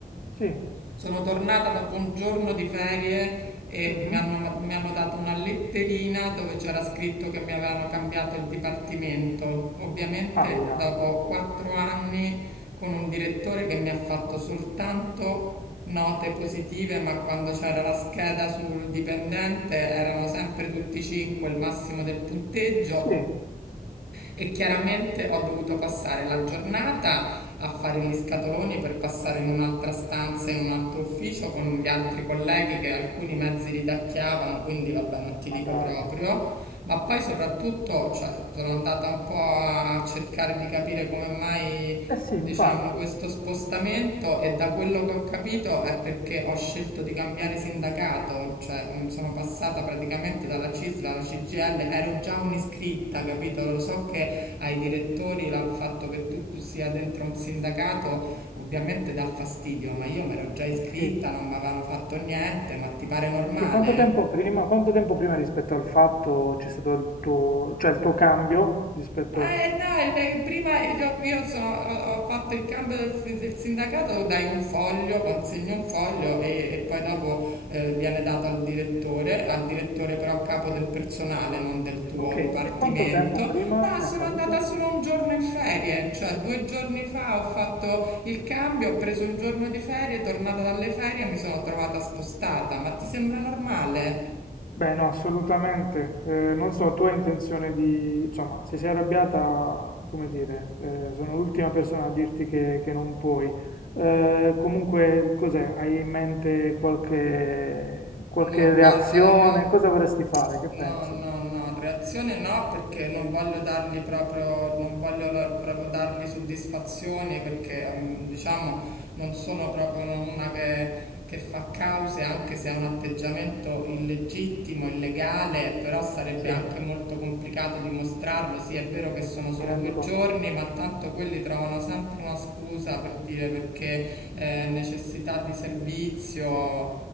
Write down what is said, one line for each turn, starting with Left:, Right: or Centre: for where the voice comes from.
Left: Sì.
Right: Sono tornata dopo un giorno di ferie e
Left: Mhm.
Right: mi hanno, mi hanno dato una letterina dove c'era scritto che mi avevano cambiato il dipartimento. Ovviamente
Left: Aia.
Right: dopo quattro anni con un direttore che mi ha fatto soltanto note positive, ma quando c'era la scheda sul dipendente erano sempre tutti cinque il massimo del punteggio
Left: Sì,
Right: e chiaramente ho dovuto passare la giornata a fare gli scatoloni per passare in un'altra stanza, in un altro ufficio con gli altri colleghi che alcuni mezzi ridacchiavano, quindi vabbè, non ti dico
Left: ma dai.
Right: proprio. Ma poi soprattutto, cioè, sono andata un po' a cercare di capire come mai
Left: Eh sì, infatti.
Right: Diciamo, questo spostamento e da quello che ho capito è perché ho scelto di cambiare sindacato, cioè mh, sono passata praticamente dalla CISL alla CGL, ero già un'iscritta, capito? Lo so che ai direttori il fatto che tu sia dentro un sindacato ovviamente dà fastidio, ma io mi ero già iscritta,
Left: Ok.
Right: non mi avevano fatto niente, ma ti pare normale?
Left: Cioè, quanto tempo prima, quanto tempo prima rispetto al fatto c'è stato il tuo, cioè il tuo cambio rispetto...
Right: Ma eh, no, il- prima io, io sono- ho, ho fatto il cambio del, del sindacato, dai un foglio, consegni un foglio e, e poi dopo eh, viene dato al direttore, al direttore però capo del personale, non del tuo
Left: Ok,
Right: dipartimento.
Left: e quanto tempo prima
Right: No,
Left: è
Right: sono
Left: accaduto?
Right: andata solo un giorno in ferie, cioè due giorni fa ho fatto il cambio, ho preso un giorno di ferie, tornata dalle ferie e mi sono trovata spostata. Ma ti sembra normale?
Left: Beh, no, assolutamente. Eh, non so, tu hai intenzione di... Insomma, se sei arrabbiata, come dire, eh, sono l'ultima persona a dirti che, che non puoi. Eh, comunque, cos'è? Hai in mente qualche, qualche
Right: No, guarda,
Left: reazione?
Right: io...
Left: Cosa vorresti fare? Che pensi?
Right: No, no, no, reazione no perché non voglio dargli proprio, non voglio la- proprio dargli soddisfazione perché ehm, diciamo non sono proprio no, una che, che fa cause anche se ha un atteggiamento illegittimo, illegale, però sarebbe
Left: Sì,
Right: anche
Left: mi
Right: molto complicato dimostrarlo. Sì, è vero che sono solo
Left: rendo
Right: due
Left: conto.
Right: giorni, ma tanto quelli trovano sempre una scusa per dire perché eh, necessità di servizio.